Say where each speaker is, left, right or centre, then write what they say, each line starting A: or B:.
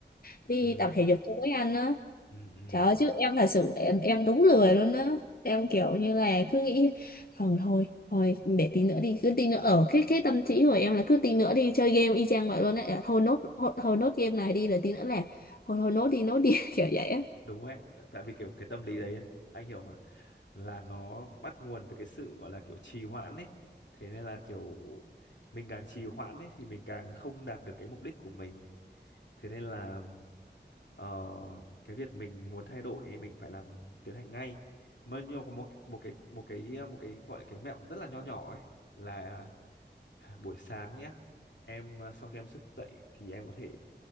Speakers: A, on the left; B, on the left.
A: đi
B: ừ,
A: tập thể dục chung với anh á.
B: ừ, ừ.
A: Trời ơi, chứ em thật sự em em đúng lười luôn á. Em kiểu như là cứ nghĩ thôi thôi thôi để tí nữa đi, cứ tí nữa ở cái cái tâm trí của em là cứ tí nữa đi chơi game y chang vậy luôn á. À, Thôi nốt thôi, thôi nốt game này đi rồi tí nữa là thôi thôi nốt đi nốt đi <laughs> kiểu vậy á.
B: đúng ấy tại tại vì kiểu cái tâm lý đấy anh hiểu mà là nó bắt nguồn từ cái sự gọi là kiểu trì hoãn ấy thế nên là kiểu mình càng trì hoãn ấy thì mình càng không đạt được cái mục đích của mình thế nên là ờ, cái việc mình muốn thay đổi ấy, mình phải làm tiến hành ngay mà nhưng có một một cái một cái ờ, một cái gọi là cái mẹo rất là nho nhỏ ấy là <sighs> buổi sáng nhé em ờ, sau khi em thức dậy thì em có thể